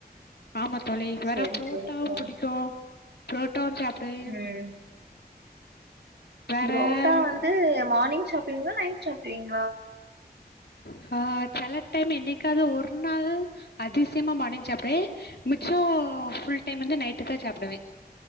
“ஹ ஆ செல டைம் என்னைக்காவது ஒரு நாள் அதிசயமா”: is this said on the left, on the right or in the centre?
Left